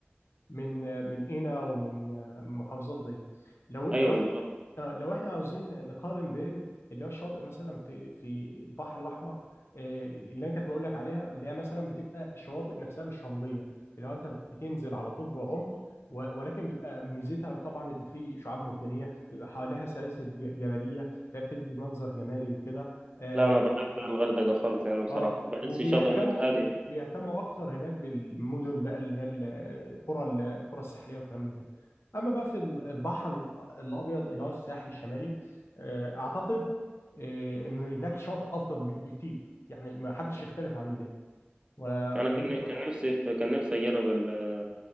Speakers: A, on the left (about 80°); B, on the right (about 25°).
A: من آه، من قنا ومن آه، من محافظات دي لو لو
B: ايوه
A: احنا
B: بالظبط
A: آه، لو احنا عاوزين نقارن بين اللي هو الشواطئ مثلا في في البحر الاحمر آه، اللي انا كنت بقول لك عليها اللي هي مثلا بتبقى الشواطئ نفسها مش رمليه اللي هو انت بت- بتنزل على طول بعمق و- ولكن بيبقى ميزتها طبعا ان في شعاب مرجانيه بيبقى حواليها سلاسل ج- جبليه فبتدي منظر جمالي وكده آه،
B: لا انا بحب الغردقه خالص يعني بصراحه
A: اه
B: بحس
A: وبيهتموا
B: الشاطئ هناك هادي
A: بيهتموا اكتر هناك بالمدن بقى اللي هي القرى القرى الساحليه والكلام من ده اما بقى في البحر الابيض اللي هو الساحل الشمالي آه، اعتقد آه، ان هناك شاطئ افضل بكتير يعني ما حدش يختلف عن ده ولا
B: انا كان
A: انت إيه رأيك؟
B: كان نفسي كان نفسي اجرب ال-